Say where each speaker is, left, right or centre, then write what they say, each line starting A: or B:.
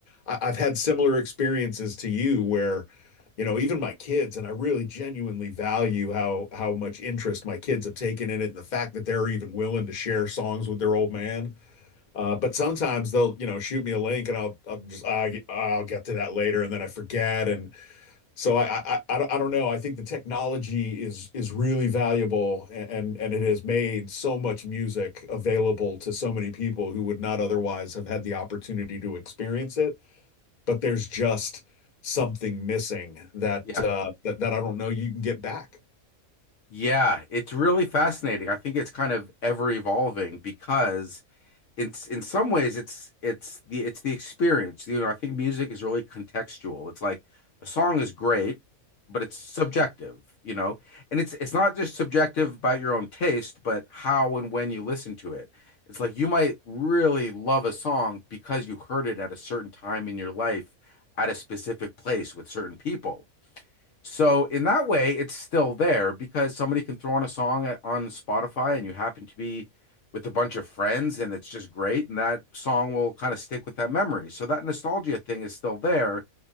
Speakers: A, on the left; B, on the left.
A: I, I've had similar experiences to you where, you know, even my kids, and I really genuinely value how how much interest my kids have taken in it and the fact that they're even willing to share songs with their old man. Uh, but sometimes they'll, you know, shoot me a link and I'll I'll just I, I'll get to that later and then I forget and so I I I don't I don't know. I think the technology is is really valuable and and it has made so much music available to so many people who would not otherwise have had the opportunity to experience it. But there's just something missing that
B: Yeah.
A: uh, that that I don't know you can get back.
B: Yeah. It's really fascinating. I think it's kind of ever evolving because it's in some ways it's it's the it's the experience. You know, I think music is really contextual. It's like a song is great, but it's subjective, you know. And it's it's not just subjective about your own taste, but how and when you listen to it. It's like you might really love a song because you heard it at a certain time in your life at a specific place with certain people. So in that way, it's still there because somebody can throw on a song at, on Spotify and you happen to be with a bunch of friends and it's just great. And that song will kind of stick with that memory. So that nostalgia thing is still there,